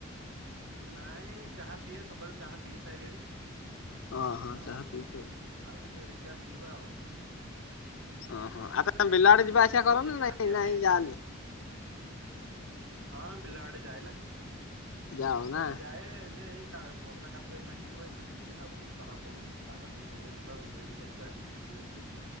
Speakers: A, on the right; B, on the left.
A: ନାଇଁ ଚାହା ପିଏ ସକାଳୁ ଚାହା ପିଇ ସାରିଲେଣି।
B: ଓହୋ
A: ଆଉ
B: ଚାହା ପିଉଛ ଆଉ।
A: ଆଉ ଟିକେ ଦେଖିବା ପିଇବା ଆଉ।
B: ଓହୋ ଆବେତେ ବିଲା ଆଡେ ଯିବା ଆସିବା
A: ଆଉ
B: କରନି
A: ଟିକେ ଚାହା
B: ନାଇଁ
A: ପିଇବା
B: ନାଇଁ
A: ପାଇଁ
B: ଯାଆନି।
A: ଯାଉଥି ହଁ ବିଲାଆଡେ ଯାଏ ନା
B: ଯାଅ
A: ବିଲାଡେ
B: ନା
A: ଯାଏ ଯେ ଏଇ ବର୍ଷ କାଦିବ ଏଇନା ହେଇଥିବ ଏଇନା ଯିବିନି ଆଉ ଟିକେ ଖରାପ ପଡୁ ପାଗ ଟିକେ ଦେଲେ ଯିବା ବୁଲିିବାଲିକି ଆସିବା ଆଜି। ଫ୍ରିଅଛି।